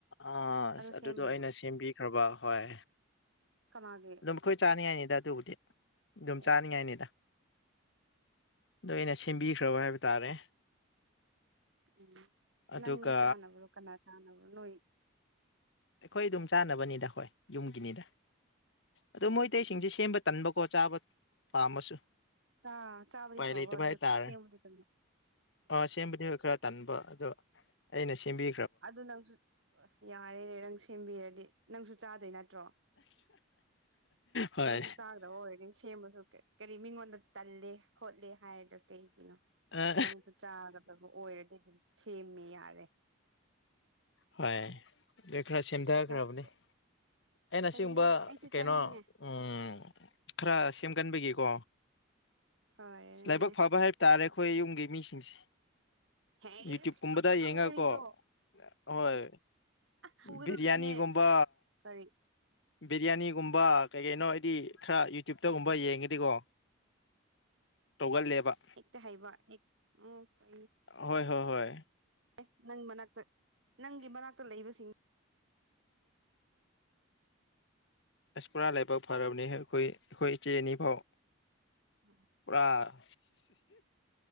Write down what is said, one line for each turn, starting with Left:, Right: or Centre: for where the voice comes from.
Left: ꯑ
Right: ꯑꯗꯨ
Left: ꯑꯗꯨꯗꯣ
Right: ꯁꯦꯝꯕ꯭ꯔꯕ
Left: ꯑꯩꯅ ꯁꯦꯝꯕꯤꯈ꯭ꯔꯕ ꯍꯣꯏ
Right: ꯀꯅꯥꯒꯤ
Left: ꯑꯗꯨꯝ ꯈꯣꯏ ꯆꯥꯅꯤꯡꯉꯥꯏꯅꯤꯗ ꯑꯗꯨꯕꯨꯗꯤ ꯑꯗꯨꯝ
Right: ꯑꯣ
Left: ꯆꯥꯅꯤꯡꯉꯥꯏꯅꯤꯗ ꯑꯗꯣ ꯑꯩꯅ ꯁꯦꯝꯕꯤꯈ꯭ꯔꯕ ꯍꯥꯏꯕ ꯇꯥꯔꯦ
Right: ꯎꯝ
Left: ꯑꯗꯨꯒ
Right: ꯅꯪ ꯆꯥꯅꯕ꯭ꯔꯣ ꯀꯅꯥ ꯆꯥꯅꯕ꯭ꯔꯣ ꯅꯣꯏ
Left: ꯑꯩꯈꯣꯏ ꯑꯗꯨꯝ ꯆꯥꯅꯕꯅꯤꯗ ꯍꯣꯏ ꯌꯨꯝꯒꯤꯅꯤꯗ ꯑꯗꯣ
Right: ꯑꯣ
Left: ꯃꯣꯏ ꯑꯇꯩꯁꯤꯡꯁꯦ
Right: ꯐꯔꯦꯅꯦ
Left: ꯁꯦꯝꯕ ꯇꯟꯕꯀꯣ ꯆꯥꯕ ꯄꯥꯝꯃꯁꯨ
Right: ꯆꯥ ꯆꯥꯕꯗꯤ
Left: ꯎꯄꯥꯏ
Right: ꯐꯕ
Left: ꯂꯩꯇꯕ
Right: ꯑꯗꯨ
Left: ꯍꯥꯏꯕ ꯇꯔꯦ
Right: ꯁꯦꯝꯕꯗꯤ ꯇꯟꯕ
Left: ꯑ ꯁꯦꯝꯕꯗꯦ ꯈꯔ ꯇꯟꯕ ꯑꯗꯣ ꯑꯩꯅ ꯁꯦꯝꯕꯤ
Right: ꯑꯗꯨ ꯅꯪꯁꯨ ꯌꯥꯔꯦꯔꯦ ꯅꯪ ꯁꯦꯝꯕꯤꯔꯗꯤ ꯅꯪꯁꯨ ꯆꯥꯗꯣꯏ ꯅꯠꯇ ꯅꯠꯇ꯭ꯔꯣ
Left: ꯍꯣꯏ
Right: ꯅꯪꯁꯨ ꯆꯥꯒꯗꯕ ꯑꯣꯏꯔꯗꯤ ꯁꯦꯝꯕꯁꯨ ꯀꯔꯤ ꯃꯤꯉꯣꯟꯗ ꯇꯜꯂꯦ ꯈꯣꯠꯂꯦ ꯍꯥꯏꯔꯗ ꯀꯩꯒꯤꯅꯣ
Left: ꯑꯥ
Right: ꯅꯪꯁꯨ ꯆꯥꯒꯗꯕ ꯑꯣꯏꯔꯗꯤ ꯑꯗꯨꯝ ꯁꯦꯝꯃꯦ ꯌꯥꯔꯦ
Left: ꯍꯣꯏ ꯑꯗꯨ ꯈꯔ ꯁꯦꯝꯊꯈ꯭ꯔꯕꯅꯦ
Right: ꯅꯠꯇ꯭ꯔꯣ
Left: ꯑꯩꯅ
Right: ꯐꯩꯅꯦ
Left: ꯁꯤꯒꯨꯝꯕ
Right: ꯑꯩꯁꯨ
Left: ꯀꯩꯅꯣ
Right: ꯆꯥꯅꯤꯡꯉꯦ
Left: ꯎꯝ ꯈꯔ ꯁꯦꯝꯒꯟꯕꯒꯤꯀꯣ
Right: ꯐꯔꯦꯅꯦ
Left: ꯂꯥꯏꯕꯛ ꯐꯕ ꯍꯥꯏꯕ
Right: ꯑꯗꯨ
Left: ꯇꯥꯔꯦ ꯑꯩꯈꯣꯏ ꯌꯨꯝꯒꯤ ꯃꯤꯁꯤꯡꯁꯦ
Right: ꯍꯦ
Left: ꯌꯨꯇ꯭ꯌꯨꯕ ꯀꯨꯝꯕꯗ ꯌꯦꯡꯉꯀꯣ
Right: ꯋꯥꯔꯤꯗꯣ
Left: ꯍꯣꯏ
Right: ꯄꯨꯒꯗꯕꯅꯦꯍꯦ
Left: ꯕꯤꯔꯌꯥꯅꯤꯒꯨꯝꯕ
Right: ꯀꯔꯤ
Left: ꯕꯤꯔꯌꯥꯅꯤꯒꯨꯝꯕ ꯀꯩ ꯀꯩꯅꯣ ꯑꯩꯗꯤ
Right: ꯐꯩ
Left: ꯈꯔ ꯌꯨꯇ꯭ꯌꯕꯇꯒꯨꯝꯕ ꯌꯦꯡꯒꯗꯤꯀꯣ ꯇꯧꯒꯜꯂꯦꯕ
Right: ꯍꯦꯛꯇ ꯍꯩꯕ ꯍꯦꯛ ꯎ
Left: ꯍꯣꯏ ꯍꯣꯏ ꯍꯣꯏ
Right: ꯑꯦ ꯅꯪ ꯃꯅꯥꯛꯇ ꯅꯪꯒꯤ ꯃꯅꯥꯛꯇ ꯂꯩꯕꯁꯤꯡ
Left: ꯏꯁꯄꯨꯔꯥ ꯂꯥꯏꯕꯛ ꯐꯔꯕꯅꯤ ꯑꯩꯈꯣꯏ ꯑꯩꯈꯣꯏ ꯏꯆꯦ ꯑꯅꯤ ꯐꯥꯎ
Right: ꯎꯝ
Left: ꯄꯨꯔꯥ